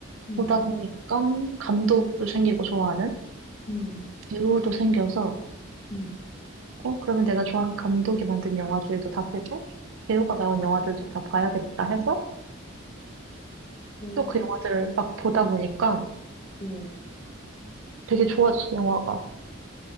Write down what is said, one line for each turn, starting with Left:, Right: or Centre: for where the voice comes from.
Left: 음,
Right: 보다 보니까 감독도 생기고 좋아하는
Left: 음,
Right: 배우도 생겨서,
Left: 음.
Right: 어, 그러면 내가 좋아하는 감독이 만든 영화들도 다 보고, 배우가 나온 영화들도 다 봐야겠다 해서
Left: 오,
Right: 또 그 영화들을 막 보다 보니까
Left: 오,
Right: 되게 좋아졌어, 영화가.